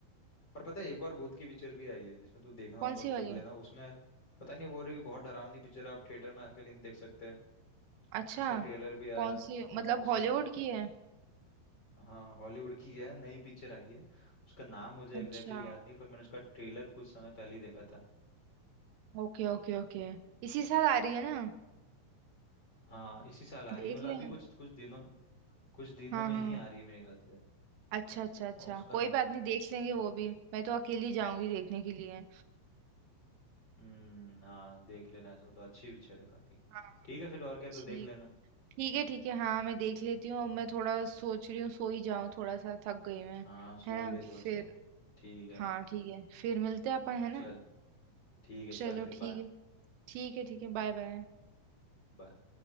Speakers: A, on the left; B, on the right.
A: और पता है एक और भूत की पिक्चर भी आई है जिसमें तू देखना
B: कौन
A: होगा
B: सी
A: तो
B: वाली
A: देख लेना उसमें पता नहीं बोल रही कि बहुत डरावनी पिक्चर है आप थिएटर में अकेले नहीं देख सकते
B: अच्छा
A: उसका ट्रेलर भी आया
B: कौन
A: है।
B: सी
A: हाँ
B: मतलब
A: उसमें
B: हॉलीवुड की है
A: हाँ हॉलीवुड की है नई पिक्चर आई है उसका नाम मुझे
B: अच्छा
A: एग्जैक्टली exactly याद नहीं है, पर मैंने उसका ट्रेलर कुछ समय पहले ही देखा था
B: ओके ओके ओके इसी साल आ रही है ना
A: हाँ इसी साल आ
B: देख
A: रही है मतलब
B: लें
A: अभी कुछ कुछ दिनों कुछ दिनों
B: हाँ
A: में
B: हाँ
A: ही आ रही है मेरे ख्याल से
B: अच्छा अच्छा अच्छा
A: और उसका
B: कोई बात नहीं देख लेंगे वो भी मैं तो अकेली जाऊंगी देखने के लिए
A: हम्म हाँ देख लेना ऐसा हो तो अच्छी पिक्चर है काफी
B: हाँ
A: ठीक है फिर और क्या तू
B: ठीक
A: देख लेना
B: ठीक है ठीक है हाँ मैं देख लेती हूँ
A: हाँ
B: अब मैं थोड़ा सोच रही हूँ सो ही जाऊँ थोड़ा सा थक गई मैं
A: हाँ सो
B: है ना
A: ही ले थोड़ा सा
B: फिर
A: ठीक है
B: हाँ ठीक है फिर मिलते हैं अपन है
A: चल
B: ना
A: ठीक है
B: चलो
A: चल फिर
B: ठीक
A: बाय
B: है ठीक है ठीक है बाय बाय
A: बाय